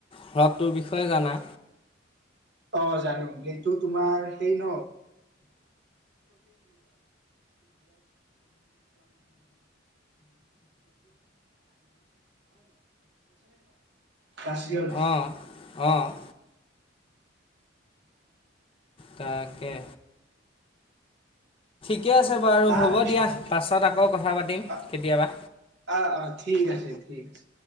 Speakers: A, on the left; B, on the right.
A: হ্ৰাদটোৰ বিষয়ে জানা,
B: অ জানো সেইটো তোমাৰ সেই ন কাচিৰ <unintelligible>
A: অ', অ', তাকে
B: এতিয়া যামা
A: ঠিকে আছে বাৰু
B: তাৰ
A: হ'ব
B: পিছত
A: দিয়া পাছত আকৌ কথা পাতিম
B: অ'
A: কেতিয়াবা
B: অ' অ' ঠিক আছে ঠিক আছে।